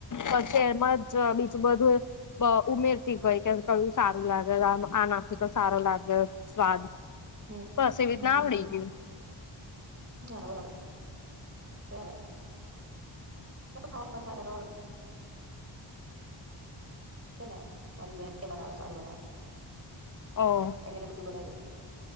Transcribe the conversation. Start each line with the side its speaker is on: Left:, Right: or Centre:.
Left: પછી એમ જ બીજું બધું બ ઉમેરતી ગય કે કયું સારું લાગે આ નાખું તો સારો લાગે સ્વાદ
Right: હમ્મ
Left: બસ એવી રીતના
Right: હમ્મ
Left: આવડી ગયું.
Right: બરાબર સરસ ખાવાનું મન થાય <unintelligible> મારીન એ બનાવે સારું બનાવે
Left: ઓહ
Right: એ મને બધું બનાવી દે